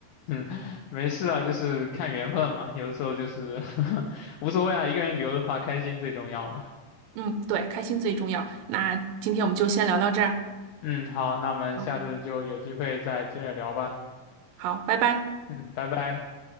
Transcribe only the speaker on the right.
嗯，对，开心最重要。那今天我们就先聊到这儿。
好，好，拜拜。